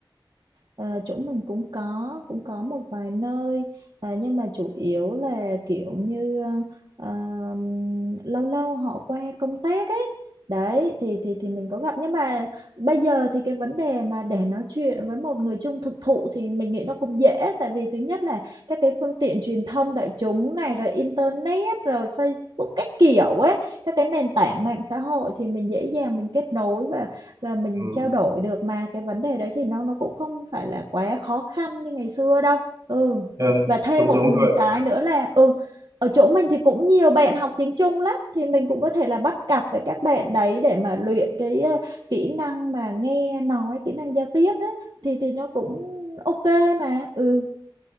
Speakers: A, on the right; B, on the right.
A: Ờ, chỗ mình cũng có cũng có một vài nơi ờ, nhưng mà chủ yếu là kiểu như ờ, ờm, lâu lâu họ qua công tác ấy đấy thì thì thì mình có gặp nhưng mà bây giờ thì cái vấn đề mà để nói chuyện với một người chung thực thụ thì mình nghĩ nó cũng dễ tại vì thứ nhất là các cái phương tiện truyền thông đại chúng này rồi internet rồi Facebook các kiểu ấy các cái nền tảng mạng xã hội thì mình dễ dàng mình kết nối và và mình
B: ừ.
A: trao đổi được mà cái vấn đề đấy thì nó nó cũng không phải là quá khó khăn như ngày xưa đâu ừ
B: Ừ.
A: và thêm
B: đúng
A: một
B: đúng rồi
A: cái nữa là ừ ở chỗ mình thì cũng nhiều bạn học tiếng Trung lắm thì mình cũng có thể là bắt cặp với các bạn đấy để mà luyện cái ờ, kỹ năng mà nghe nói kỹ năng giao tiếp đấy thì thì nó cũng ok mà ừ